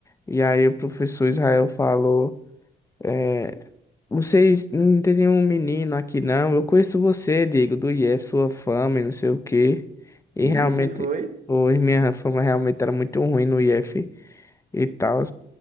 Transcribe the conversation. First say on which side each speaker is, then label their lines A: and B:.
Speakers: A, on the left; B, on the right.
A: E aí o professor Israel falou, é, vocês não tem nenhum menino aqui não, eu conheço você, Diego, do IF, sua fama e não sei o quê. E
B: E
A: realmente,
B: isso foi?
A: hoje minha fama realmente era muito ruim no IF e tal.